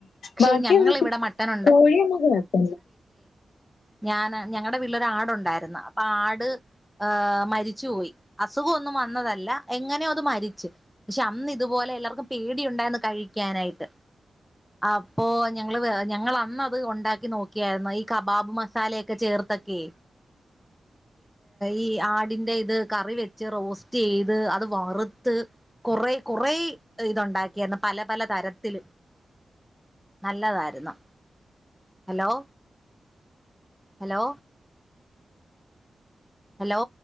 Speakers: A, in the centre; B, on the left.
A: പക്ഷെ
B: ബാക്കിന്ന്ട്ട
A: ഞങ്ങളിവിടെ മട്ടൻ
B: കോഴിമ്മ കൊഴപ്പില്ല
A: ഞാനാ ഞങ്ങടെ ഉള്ള ആടുണ്ടായിരുന്നു അപ്പൊ ആട് ആ മരിച്ചു പോയി അസുഖൊന്നും വന്നതല്ല എങ്ങനെയോ അത് മരിച്ച് പക്ഷെ അന്ന് ഇതുപോലെ എല്ലാർക്കും പേടിണ്ടായിര്ന്ന് കഴി ക്കാനായിട്ട് അപ്പോ ഞങ്ങൾ ഞങ്ങളന്നത് ഉണ്ടാക്കി നോക്കിയാരുന്നു ഈ കബാബ് മസാലയൊക്കെ ചേർത്തൊക്കെ ഈ ആടിന്റെ ഇത് കറി വെച്ച് റോസ്റ്റ് ചെയ്ത് അത് വറുത്ത് കൊറേ കൊറേ ഇത്ണ്ടാക്കിയാര്ന്നു പല പല തരത്തിലും നല്ലതായിരുന്നു ഹലോ ഹലോ ഹലോ